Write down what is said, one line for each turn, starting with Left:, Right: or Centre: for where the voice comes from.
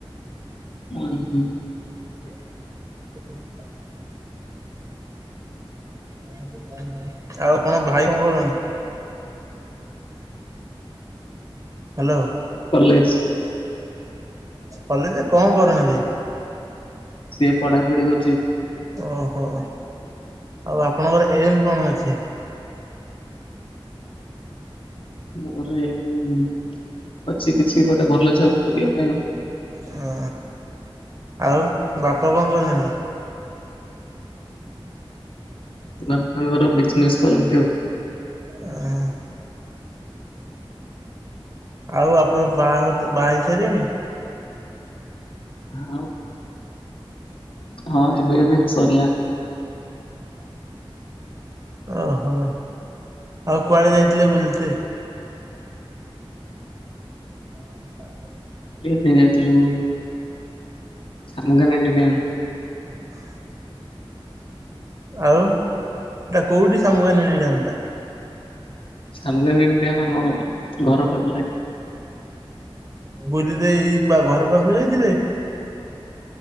Left: ହୁଁ ହଁ।
Right: <inaudible> ଆଉ ଆପଣ ଭାଇ କଣ କରୁଛନ୍ତି? ହାଲୋ।
Left: ପର୍ଲେସ୍।
Right: କଲେ ଯେ କଣ କରୁଚନ୍ତି?
Left: ସିଏ ପଢାପଢି କରୁଚି।
Right: ଓହୋ ଆଉ ଆପଣଙ୍କର ଏମ୍ କଣ ଅଛି?
Left: ମୋର ଏମ ଅଛି କିଛି ଗୋଟେ ଭଲ ଜବ୍ କରିବା ପାଇଁ ଆଉ।
Right: ହ ଆଉ ବାପା କଣ କରନ୍ତି?
Left: <unintelligible> ବିଜନେସ୍ କରନ୍ତି।
Right: ଅ ହ। ଆଉ ଆପଣ ବାହାଘର ବାହା ହେଇ ସାରିଲେଣି?
Left: ହଁ। ହଁ ଏବେ ଏବେ ସରିଲା।
Right: ଓହୋ ଆଉ କୁଆଡେ ଯାଇଥିଲେ ବୁଲତେ? <unintelligible>
Left: ଏବେ ଯାଇଥିଲୁ ସାଙ୍ଗ <unintelligible>
Right: ହୁଁ। ଆଉ ସେଟା କୋଉଠି ସାମୁଗାନେଡି ଡାମଟା?
Left: <unintelligible> ଆମ ଆମ ଘର ପାଖରେ।
Right: ବୁଲିଦେଇ ବା ଘର ପାଖକୁ ଯାଇଥିଲେ।